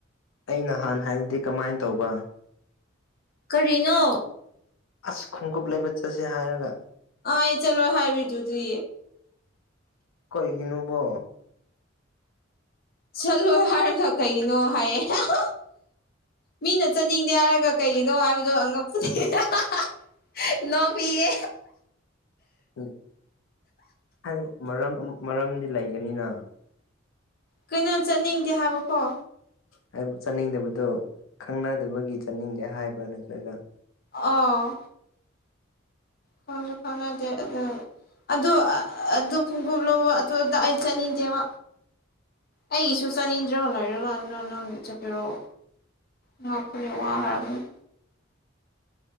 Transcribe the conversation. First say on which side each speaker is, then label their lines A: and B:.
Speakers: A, on the left; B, on the left.
A: ꯑꯩ ꯅꯍꯥꯟ ꯍꯥꯏꯕꯗꯤ ꯀꯃꯥꯏꯅ ꯇꯧꯕ
B: ꯀꯔꯤꯅꯣ
A: ꯑꯁ ꯈꯣꯡꯎꯞꯞ ꯂꯩꯕ ꯆꯠꯁꯦ ꯍꯥꯏꯔꯒ
B: ꯑ ꯑꯩ ꯆꯠꯂꯣꯏ ꯍꯥꯏꯕꯤꯗꯨꯗꯤ
A: ꯀꯩꯒꯤꯅꯣꯕ
B: ꯆꯠꯂꯣ ꯍꯥꯏꯔꯒ ꯀꯩꯒꯤꯅꯣ ꯍꯥꯏꯌꯦ ꯍꯥ ꯍꯥ ꯃꯤꯅ ꯆꯠꯅꯤꯡꯗꯦ ꯍꯥꯏꯔꯒ ꯀꯩꯒꯤꯅꯣ ꯍꯥꯏꯕꯗꯣ ꯑꯉꯛꯄꯅꯤ ꯍꯥꯍꯥꯍꯥ ꯅꯣꯡꯄꯤꯒꯦ
A: ꯎꯝ ꯍꯥꯏꯔꯛꯑꫭ ꯃꯔꯝ ꯃꯔꯝꯗꯤ ꯂꯩꯒꯅꯤꯅ
B: ꯀꯩꯅꯣ ꯆꯠꯅꯤꯡꯗꯦ ꯍꯥꯏꯕꯀꯣ
A: ꯍꯥꯏ ꯆꯠꯅꯤꯡꯗꯕꯗꯣ ꯈꯪꯅꯗꯕꯒꯤ ꯆꯠꯅꯤꯡꯗꯦ ꯍꯥꯏꯕ꯭ꯔꯥ ꯅꯠꯇ꯭ꯔꯒ
B: ꯑꯥ ꯈꯪꯁꯨ ꯈꯪꯅꯗꯦ ꯑꯗꯥ ꯑꯗꯨ ꯑꯗꯨ ꯈꯣꯡꯒꯣꯞ ꯂꯧꯕ ꯑꯗꯣꯝꯗ ꯑꯩ ꯆꯠꯅꯤꯡꯗꯦꯕ ꯑꯩꯒꯤꯁꯨ ꯆꯥꯅꯤꯗ꯭ꯔꯒ ꯂꯣꯏꯔꯒꯗ ꯅꯪꯒꯤ ꯆꯠꯄꯤꯔꯣꯑꯣ <unintelligible> ꯀꯔꯤ ꯋꯥ ꯍꯥꯏꯔꯥꯛꯀꯅꯤ